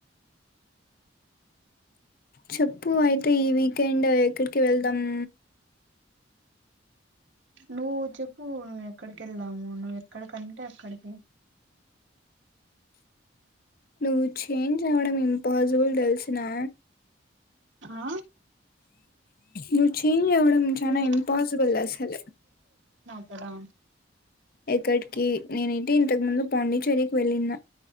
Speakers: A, on the left (about 50°); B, on the right (about 75°).
A: చెప్ పు అయితే ఈ వీకెండ్ ఎక్కడ్ కి వెళ్దమ్.
B: నువ్వు చెప్పు ఎక్కడికి ఎల్దము, నువ్ ఎక్కడికంటే అక్కడికి
A: నువ్వు చేంజ్ అవ్వడం ఇంపాసిబుల్ దెల్సునా
B: ఆ
A: నువ్వు చేంజ్ అవ్వడం చానా
B: నువ్వు
A: ఇంపాసిబిల్ అసలు
B: దా
A: ఎక్కడికి నేనీ ఇంతకు ముందు పాండిచ్చేరికి వెళ్ళిన్న